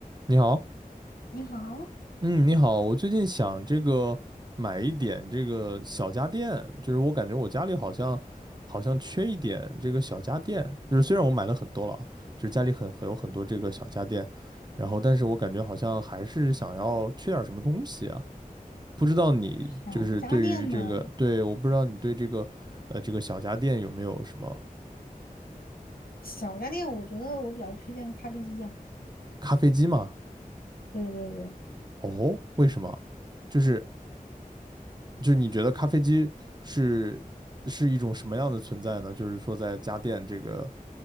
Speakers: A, on the right; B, on the left.
A: 你好，
B: 你好，
A: 嗯，你好，我最近想这个买一点这个小家电，就是我感觉我家里好像好像缺一点这个小家电，就是虽然我买了很多了啊，就是家里很很有很多这个小家电，然后但是我感觉好像还是想要缺点什么东西啊，不知道你就是对于这个，
B: 小家电嘛，
A: 对，我不知道你对这个呃这个小家电有没有什么
B: 小家电，我觉得我比较推荐咖啡机啊。
A: 咖啡机嘛？
B: 对对对，
A: 哦，为什么？就是。就是你觉得咖啡机是是一种什么样的存在呢？就是说在家电这个